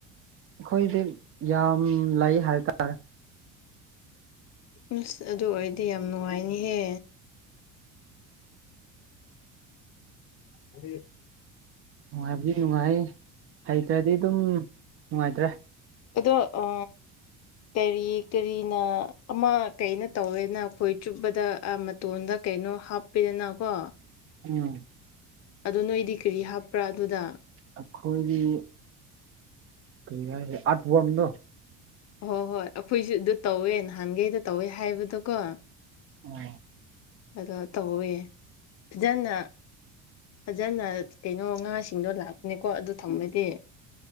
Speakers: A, on the right; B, on the left.
A: ꯑꯩꯈꯣꯏꯗꯤ ꯌꯥꯝ ꯂꯩ ꯍꯥꯏꯇꯥꯔꯦ
B: ꯑꯁ ꯑꯗꯨ ꯑꯣꯏꯔꯗꯤ ꯌꯥꯝ ꯅꯨꯡꯉꯥꯏꯅꯤꯍꯦ ꯎ
A: ꯅꯨꯡꯉꯥꯏꯕꯗꯤ ꯅꯨꯡꯉꯥꯏ ꯍꯩꯇ꯭ꯔꯗꯤ ꯑꯗꯨꯝ ꯅꯨꯡꯉꯥꯏꯇ꯭ꯔꯦ
B: ꯑꯗꯣ ꯑ ꯀꯔꯤ ꯀꯔꯤꯅ ꯑꯃ ꯀꯩꯅ ꯇꯧꯋꯦꯅ ꯑꯩꯈꯣꯏ ꯆꯨꯞꯕꯗ ꯇꯣꯟꯗ ꯀꯩꯅꯣ ꯍꯥꯞꯄꯤꯗꯅꯀꯣ
A: ꯎꯝ
B: ꯑꯗꯣ ꯅꯣꯏꯗꯤ ꯀꯔꯤ ꯍꯥꯞꯄ꯭ꯔꯥ ꯑꯗꯨꯗ
A: ꯑꯩꯈꯣꯏꯒꯤ ꯀꯔꯤ ꯍꯥꯏꯁꯦ ꯑꯥꯔꯠꯕꯝꯅꯣ
B: ꯍꯣꯏ ꯍꯣꯏ ꯑꯩꯈꯣꯏꯁꯨ ꯑꯗꯨ ꯇꯧꯋꯦ ꯅꯍꯥꯟꯒꯩꯗ ꯇꯧꯋꯦ ꯍꯥꯏꯕꯗꯣꯀꯣ
A: ꯎꯝ
B: ꯑꯗꯣ ꯇꯧꯋꯦ ꯐꯖꯅ ꯐꯖꯅ ꯀꯩꯅꯣ ꯉꯥꯁꯤꯡꯗꯣ ꯂꯥꯛꯄꯅꯦꯀꯣ ꯑꯗꯨ ꯊꯝꯃꯗꯤ